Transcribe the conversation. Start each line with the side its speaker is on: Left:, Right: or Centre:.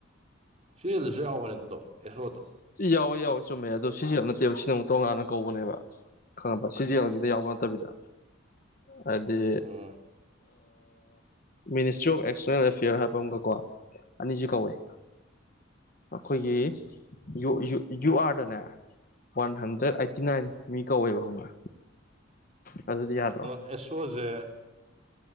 Right: ꯁꯤꯔꯦꯜꯗꯨꯁꯨ ꯌꯥꯎꯕꯅꯦ ꯑꯗꯨꯗꯣ ꯑꯦꯐꯂꫭꯗꯣ
Left: ꯌꯥꯎꯋꯦ ꯌꯥꯎꯋꯦ ꯆꯨꯝꯃꯦ ꯑꯗꯣ ꯁꯤꯖꯤꯑꯦꯜ ꯅꯠꯇꯦꯕ ꯁꯤꯅ ꯑꯃꯨꯛ ꯇꯣꯉꯥꯟꯅ ꯀꯧꯕꯅꯦꯕ ꯈꯪꯉꯕ ꯁꯤꯖꯤꯑꯦꯜ ꯒꯤꯗ ꯌꯥꯎꯕ ꯅꯠꯇꯕꯤꯗ ꯍꯥꯏꯗꯤ
Right: ꯎꯝ
Left: ꯃꯤꯅꯤꯁꯇ꯭ꯔꯤ ꯑꯣꯐ ꯑꯦꯛꯁꯇꯔꯅꯦꯜ ꯑꯦꯐꯤꯌꯔ ꯍꯥꯏꯕ ꯑꯃꯒꯀꯣ ꯑꯅꯤꯁꯤ ꯀꯧꯋꯏ ꯑꯩꯈꯣꯏꯒꯤ ꯌꯨ ꯌꯨ ꯌꯨꯑꯥꯔꯗꯅꯦ ꯋꯥꯟ ꯍꯟꯗ꯭ꯔꯦꯠ ꯑꯥꯏꯠꯇꯤ ꯅꯥꯏꯟ ꯃꯤ ꯀꯧꯋꯦꯕ ꯈꯪꯕ꯭ꯔ ꯑꯗꯨꯗꯤ ꯌꯥꯗ꯭ꯔꯣ
Right: ꯑꯦꯁꯨꯁꯦ